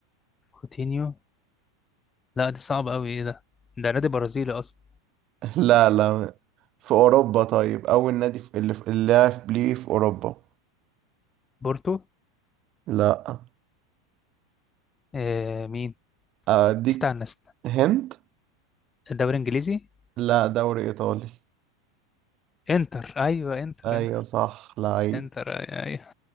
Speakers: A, on the left (about 20°); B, on the right (about 45°).
A: كوتينيو لا دي صعبة أوي إيه ده؟ ده نادي برازيلي أصلا
B: <laughs> لا لا في أوروبا طيب أول نادي في- اللي في- اللي لعب ليه في أوروبا
A: بورتو
B: لا
A: آه مين؟
B: أديك
A: استنى استنى
B: هند
A: الدوري الإنجليزي؟
B: لا دوري إيطالي
A: انتر أيوه انتر
B: أيوة
A: انتر
B: صح لعيب
A: انتر أيوه أيوه